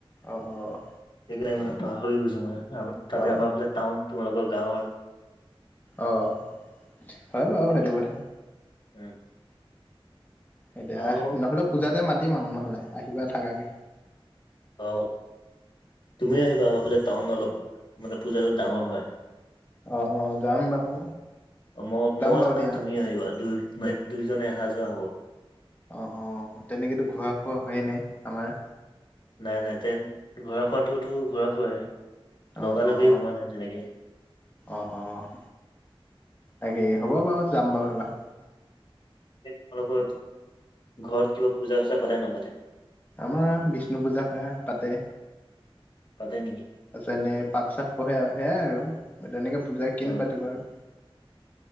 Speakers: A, on the left; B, on the left.
A: অঁ অ।
B: সেইকাৰণে মানে পাহৰি গৈছো মই, আকৌ তাতে
A: অ
B: আমাৰ ফালে টাউন তোমালোকৰ গাঁৱৰ।
A: অঁ, হয় বাৰু
B: সেইকাৰণে
A: সেইটো কথা।
B: উম।
A: এতিয়া
B: আৰু
A: আহ নহলে পূজাতে মাতিম আও নহলে আহিবা থাকাকে।
B: অঁ, তুমি আহিবা আমাৰ ফালে টাউন অলপ মানে পূজাটো ডাঙৰ হয়।
A: অ অ, যাম বাৰু।
B: অ, মই মইও
A: বাৰু
B: যাম
A: দিয়া
B: তুমিও আহিবা দুই দুইজনে অহা যোৱা হব।
A: অ' অ', তেনেকৈতো ঘূৰা ফুৰা হোৱাই নাই আমাৰ।
B: নাই নাই, তেন, ঘূৰা ফুৰাটোতো ঘূৰা ফুৰাই
A: অ'
B: লগালগি
A: অ'।
B: হোৱা নাই তেনেকে
A: অ' অ', তাকে হ'ব বাৰু, যাম বাৰু এইবাৰ।
B: এই তোমালোকৰ ঘৰত কিবা পূজা-চূজা পাতে নাপাতে?
A: আমাৰ বিষ্ণু পূজা প্ৰায় পাতে।
B: পাতে নেকি?
A: তাৰপিছত এনেই পাঠ-চাঠ পঢ়ে আৰু, সেয়াই আৰু, বা তেনেকে পূজা কিনো
B: অ
A: পাতিব আৰু।